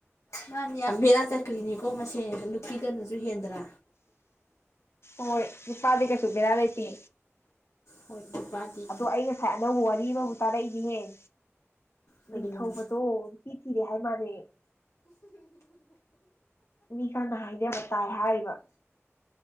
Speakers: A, on the left (about 75°); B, on the left (about 60°).
A: ꯃꯥꯅꯤ ꯌꯥꯝ ꯕꯦꯔꯥ ꯆꯀ꯭ꯔꯤꯅꯤꯀꯣ ꯃꯁꯦ ꯅꯨꯄꯤꯗꯅꯁꯨ ꯍꯦꯟꯗ꯭ꯔꯥ
B: ꯑꯣ ꯅꯨꯄꯥꯗꯤ ꯀꯩꯁꯨꯒꯔꯥ ꯂꯩꯦꯇ
A: ꯍꯣꯏ ꯅꯨꯄꯥꯗꯤ
B: ꯑꯗꯣ ꯑꯩ ꯉꯁꯥꯏ ꯑꯅꯧꯕ ꯋꯥꯔꯤ ꯑꯃꯕꯨ ꯇꯥꯔꯛꯏꯅꯦꯅꯦꯦ
A: ꯈꯔꯗꯤ
B: ꯅꯤꯡꯊꯧꯧꯕꯗꯣ
A: ꯋꯥꯅꯤ
B: ꯅꯨꯄꯤ ꯊꯤꯔꯦ ꯍꯥꯏ ꯃꯥꯜꯂꯦ ꯃꯤ ꯀꯥꯟꯅ ꯍꯥꯏꯗꯕ ꯇꯥꯏ ꯍꯥꯏꯔꯤꯕ